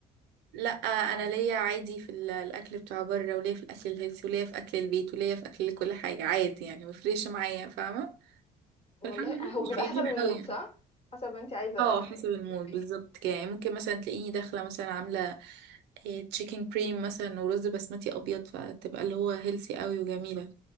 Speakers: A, on the right; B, on the left.
A: لا آه، انا ليا عادي في ال- الاكل بتاع بره وليا في الاكل الهيلثي وليا في اكل البيت وليا في اكل كل حاجة عادي يعني مفرقش معايا فاهمة
B: والله
A: فالحمد لله
B: هو
A: مش
B: بيبقى
A: بيمين
B: حسب المود
A: قوي يعني
B: صح حسب انت عايزه
A: اه حسب المود
B: نفسك في
A: بالظبط
B: ايه
A: كده يعني ممكن مثلا تلاقيني داخلة مثلا عاملة تشيكن كريم مثلا ورز بسمتي ابيض فتبقى اللي هو هيلثي قوي وجميلة